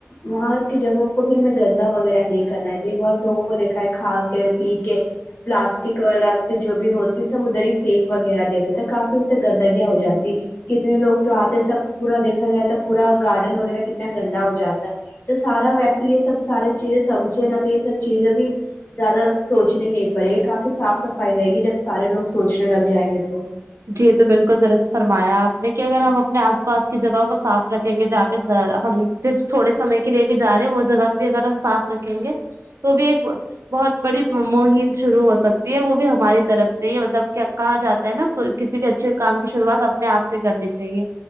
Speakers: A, on the left (about 45°); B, on the right (about 85°).
A: وہاں کی جگہوں کو بھی ہم گندا وغیرہ نہیں کرنا نہیں چاہئے بہت لوگوں کو دیکھا ہے کھا کے پی کے پلاسٹک ولاسٹک جو بھی ہوتی سب ادھر ہی پھینک وغیرہ دیتے تھے کافی اس سے گندگیاں ہو جاتی کتنے لوگ تو آتے سب پورا دیکھا جائے تو پورا گارڈن وغیرہ کتنا گندا ہو جاتا ہے تو سارا ویکتی یہ سب سارے چیزیں سمجھے نا تو یہ سب چیزیں بھی زیادہ سوچنی نہیں پڑے گی کافی صاف صفائی رہے گی جب سارے لوگ سوچنے لگ جائیں گے تو
B: جی یہ تو بالکل درست فرمایا آپ نے کہ اگر ہم اپنے آس پاس کی جگہوں کو صاف رکھیں گے جہ ہم صرف تھوڑے سمے کے لیے بھی جا رہے ہیں وہ جگہ بھی اگر ہم صاف رکھیں گے تو بھی ایک بہت بڑی مہم شروع ہو سکتی ہے وہ بھی ہماری طرف سے ہی مطلب کیا کہا جاتا ہے نا کسی بھی اچھے کام کی شروعات اپنے آپ سے کرنی چاہیے